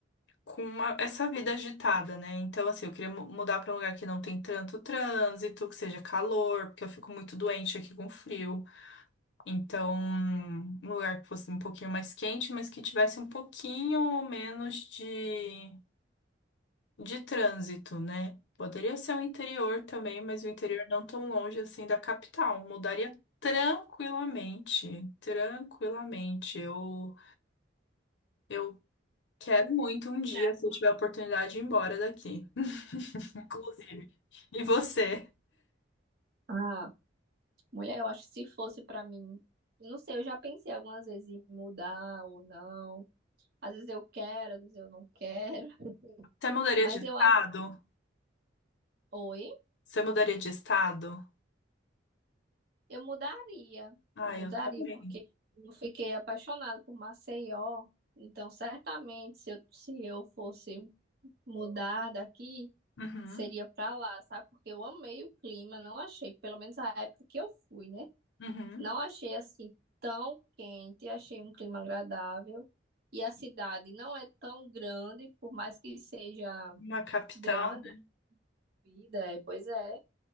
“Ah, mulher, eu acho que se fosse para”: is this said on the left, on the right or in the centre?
Right